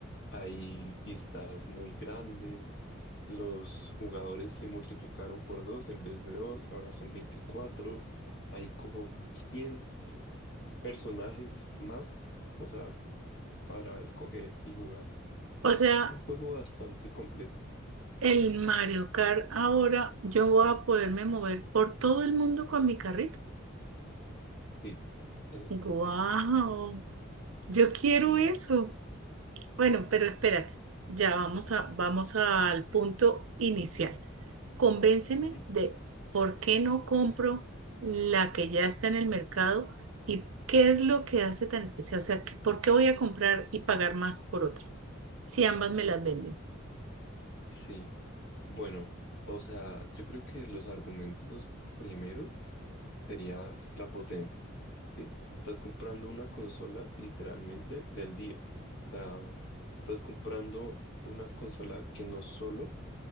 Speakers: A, on the left; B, on the right.
A: hay pistas muy grandes, los jugadores se multiplicaron por dos en vez de dos, ahora son 24, hay como cien personajes más, o sea, para escoger y jugar.
B: O
A: Es
B: sea,
A: un juego bastante completo.
B: el Mario Kart ahora yo voy a poderme mover por todo el mundo con mi carrito.
A: Sí, eso,
B: Wow, yo quiero
A: sí.
B: eso. Bueno, pero espérate, ya vamos a, vamos al punto inicial. Convénceme
A: ujú,
B: de por qué no compro la que ya está en el mercado y qué es lo que hace tan especial. O sea, que- ¿por qué voy a comprar y pagar más por otra si ambas me las venden?
A: Sí, bueno, o sea, yo creo que los argumentos primeros sería la potencia. ¿sí? Estás comprando una consola literalmente del día. O sea, estás comprando una consola que no solo